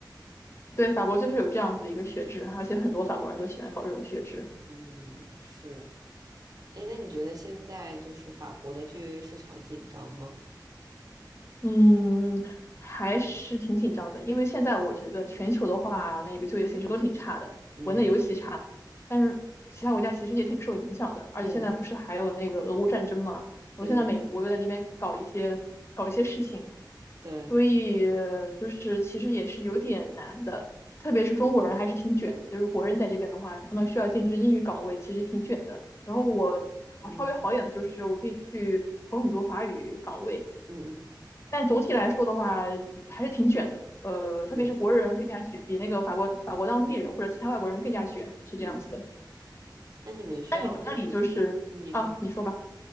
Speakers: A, on the left (about 35°); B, on the right (about 55°).
A: 对，法国就是有这样子一个学制，而且很多法国人都喜欢搞这种学制。
B: <laughs> 嗯嗯是。哎，那你觉得现在就是法国的就业市场紧张吗？
A: 嗯，还是挺紧张的，因为现在我觉得全球的话，那个就业形势都挺差的，
B: 嗯，
A: 国内尤其差，但是其他国家其实也挺受影响的，而且现在不是还有那个俄乌战争嘛，
B: 对
A: 我现在美国又在那边搞一些搞一些事情，
B: 对对对，
A: 所以呃就是其实也是有点难的，特别是中国人还是挺卷的，就是国人在这边的话，他们需要竞争英语岗位，其实挺卷的。然后我好稍微好一点的就是我可以去投很多法语岗位。
B: 嗯嗯
A: 但总体来说的话，还是挺卷的。呃，特别是国人更加卷，
B: 嗯嗯
A: 比那个法国法国当地人或者其他外国人更加卷，是这样子的。
B: 嗯。那你们需要，
A: 那你们那里就是啊，
B: 比如说，嗯你说，
A: 你说吧，